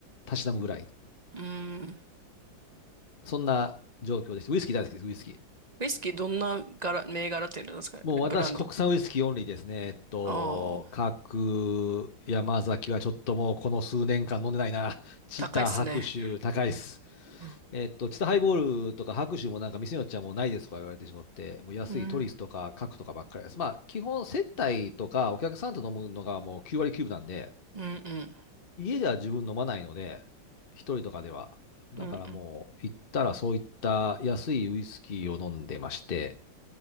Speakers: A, on the left (about 35°); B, on the right (about 35°).
A: たしなむぐらいに。
B: うん。
A: そんな状況です。ウイスキー大好きです、ウイスキー。
B: ウイスキーどんな柄、銘柄っていうんですかブランド。
A: もう私、国産ウイスキーオンリーですね。えっと、
B: ああ、
A: 各山崎はちょっともうこの数年間飲んでないな。チタ、
B: 高いっすね。
A: 白州、高いっす。
B: うん、
A: えっと、チタハイボールとか白州もなんか店によっちゃもうないですとか言われてしまって、もう安いトリスとかカクとかばっかりです。
B: うん、
A: まあ、基本接待とかお客さんと飲むのがもう9割9分なんで、
B: うん、うん、
A: 家では自分飲まないので、一人とかでは。だからもう行ったらそういった安いウイスキーを飲んでまして、
B: うん。うん